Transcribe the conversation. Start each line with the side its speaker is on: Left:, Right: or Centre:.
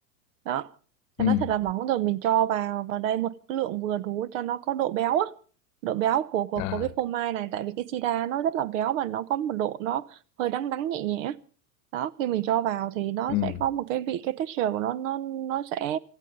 Right: đó cho
Left: ừm,
Right: nó thật là mỏng rồi mình cho vào vào đây một cái lượng vừa đủ cho nó có độ béo á độ béo của của
Left: à,
Right: của cái phô mai này tại vì cái sida nó rất là béo và nó có một độ nó hơi đắng đắng nhẹ nhẹ đó khi mình cho vào thì nó
Left: ừm,
Right: sẽ có một cái vị cái texture của nó nó nó sẽ